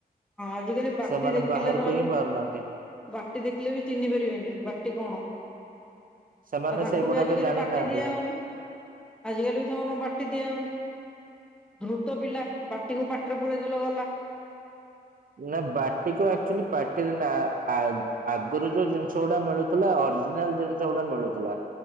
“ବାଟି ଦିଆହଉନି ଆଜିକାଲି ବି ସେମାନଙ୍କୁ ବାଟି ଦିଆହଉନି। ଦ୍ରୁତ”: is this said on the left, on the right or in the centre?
Centre